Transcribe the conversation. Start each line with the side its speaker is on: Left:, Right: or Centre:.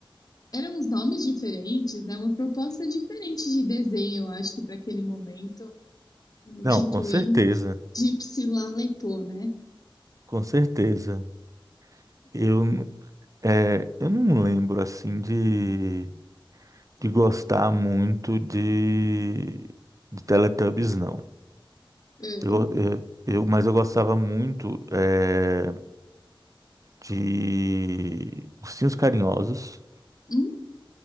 Left: eram uns nomes diferentes, né? Uma proposta diferente de desenho, eu acho que para aquele momento. Eu
Right: Não,
Left: te incluí
Right: com certeza,
Left: Gypsy Lalepô, né?
Right: com certeza. Eu, n- é, eu não lembro assim de, de gostar muito de, de Teletubbies, não.
Left: É.
Right: Eu, eu, eu- mas eu gostava muito eh, de Ursinhos Carinhosos.
Left: Hum?